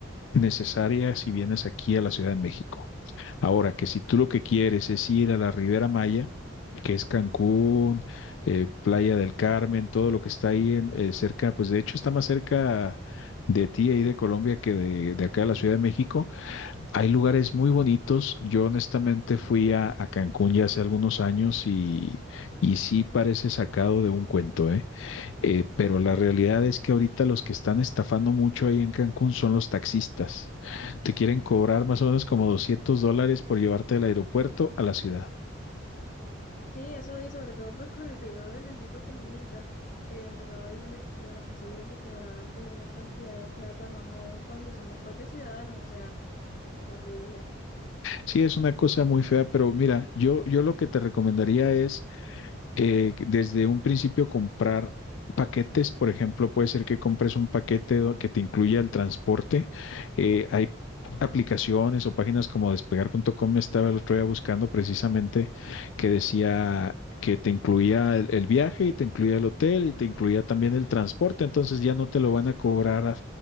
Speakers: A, on the left; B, on the left.
A: necesaria si vienes aquí a la Ciudad de México. Ahora, que si tú lo que quieres es ir a la Riviera Maya, que es Cancún, eh, Playa del Carmen, todo lo que está ahí en, eh, cerca, pues de hecho está más cerca de ti ahí de Colombia que de, de acá de la Ciudad de México, hay lugares muy bonitos. Yo honestamente fui a, a Cancún ya hace algunos años y, y sí parece sacado de un cuento, ¿eh? Eh, Pero la realidad es que ahorita los que están estafando mucho ahí en Cancún son los taxistas. Te quieren cobrar más o menos como 200 dólares por llevarte del aeropuerto a la ciudad.
B: Sí, eso y sobre todo pues <laughs> con el video de Luisito Comunica, que empezaba diciendo que cómo era posible que cobraran pues esa cantidad de plata más aún cuando son los propios ciudadanos, o sea, horrible.
A: Sí, es una cosa muy fea, pero mira, yo, yo lo que te recomendaría es eh, desde un principio comprar paquetes, por ejemplo, puede ser que compres un paquete do- que te incluya el transporte. Eh, hay aplicaciones o páginas como despegar.com, estaba el otro día buscando precisamente que decía que te incluía el, el viaje y te incluía el hotel y te incluía también el transporte, entonces ya no te lo van a cobrar a-